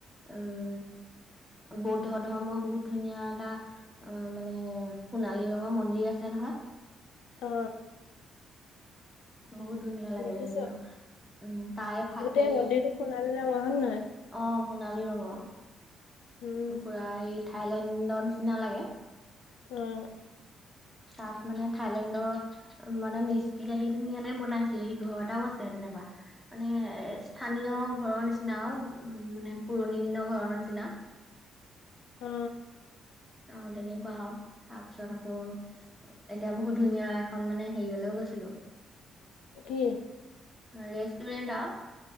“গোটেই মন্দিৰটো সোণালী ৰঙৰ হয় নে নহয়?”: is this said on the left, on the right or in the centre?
Left